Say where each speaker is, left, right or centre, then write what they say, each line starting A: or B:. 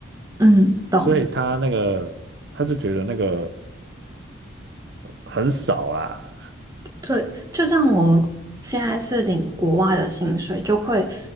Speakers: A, on the right; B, on the right.
A: 嗯，懂。
B: 所以他那个他就觉得那个很少啦。
A: 对，就像我现在是领国外的薪水，就会